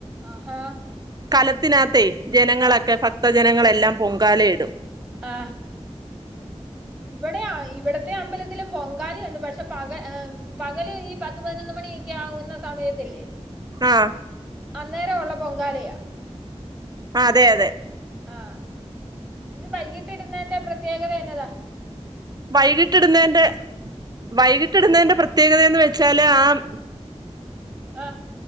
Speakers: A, in the centre; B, on the right (about 35°).
A: ആഹാ
B: കലത്തിനകത്തെ ജനങ്ങളൊക്കെ
A: ആഹ്
B: ഭക്തജനങ്ങളെല്ലാം പൊങ്കാലയിടും.
A: ആഹ്. ഇവിടെയാ ഇവിടത്തെ അമ്പലത്തിലും പൊങ്കാലിയ ഉണ്ട് പക്ഷെ പക പകല് ഈ പത്ത് പതിനൊന്ന് മണി ച്ച ആവുന്ന സമയത്തില്ലേ.
B: ആഹ്.
A: അന്നേര ഉള്ള പൊങ്കാലയ.
B: ആഹ് അതെ അതെ.
A: ആഹ് ഇത് വൈകിട്ട ഇടുന്നെ ന്റെ പ്രത്യേകത എന്നതാ.
B: വൈകീട്ടിട്ന്നേന്റെ വൈകിട്ടിട്ന്നേന്റെ പ്രത്യേകത എന്ന് വെച്ചാല് ആഹ്
A: ആഹ്